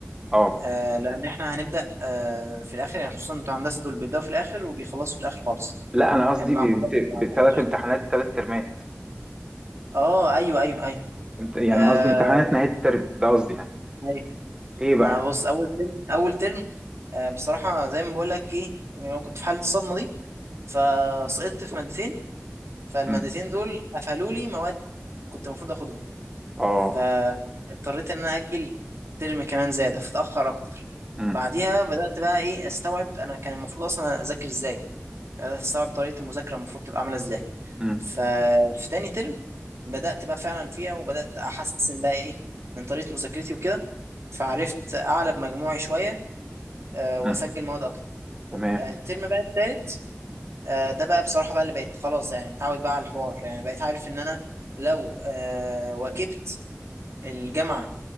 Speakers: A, on the right; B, on the right.
A: اه
B: آه لان احنا هنبدا آه في الاخر يعني خصوصا بتوع هندسه دول بيبداوا في الاخر وبيخلصوا في الاخر خالص
A: لا انا قصدي
B: يعني انا هخلص على
A: بثلاث
B: 17
A: امتحانات ثلاث ترمات
B: اه ايوه ايوه ايوه
A: امت- يعني
B: آه،
A: قصدي امتحانات نهاية الترم ده قصدي يعني
B: أيوه.
A: ايه بقى
B: ما بص اول ترم اول ترم آه، بصراحه زي ما بقول لك ايه يعني أنا كنت في حاله الصدمه دي فسقطت في مادتين فالمادتين
A: إمم.
B: دول قفلوا لي مواد كنت المفروض اخدهم
A: اه
B: فاضطريت ان انا اجل ترم كمان زياده فتاخر اكتر
A: امم
B: بعديها بدات بقى ايه استوعب انا كان المفروض اصلا اذاكر ازاي بدأت استوعب طريقه المذاكره المفروض تبقى عامله ازاي
A: امم
B: ففي تاني ترم بدات بقى فعلا فيها وبدات احسن بقى ايه من طريقه مذاكرتي وكده فعرفت اعلى بمجموعي شويه آه، واسجل
A: امم
B: مواد اكتر
A: تمام
B: آه، الترم بقى التالت آه، ده بقى بصراحه بقى اللي بقيت خلاص يعني متعود بقى على الحوار يعني بقيت عارف ان انا لو آه، واكبت الجامعه